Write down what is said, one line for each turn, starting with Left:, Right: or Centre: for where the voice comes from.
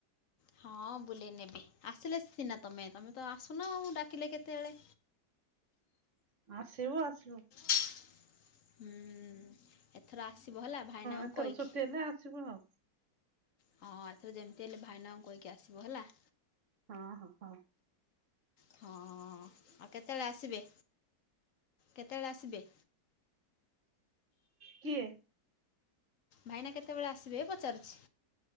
Left: ହଁ ବୁଲେଇ ନେବି, ଆସିଲେ ସିନା ତମେ ତମେ ତ ଆସୁନ ଆଉ ଡାକିଲେ କେତେବେଳେ।
Right: ଆସିବୁ, ଆସିବୁ।
Left: <unintelligible> ହୁଁ ଏଥର ଆସିବ ହେଲା ଭାଇନାଙ୍କୁ
Right: ଏଥର
Left: କହିକି।
Right: ଛୁଟି ହେଲେ ଆସିବୁ ଆଉ
Left: ହଁ, ଏଥର ଯେମିତି ହେଲେ ଭାଇନାଙ୍କୁ କହିକି ଆସିବ ହେଲା।
Right: ହଁ, ହଁ, ହଁ।
Left: ହଁ, ଆଉ କେତେବେଳେ ଆସିବେ, କେତେବେଳେ ଆସିବେ?
Right: କିଏ
Left: ଭାଇନା କେତେବେଳେ ଆସିବେ ପଚାରୁଛି।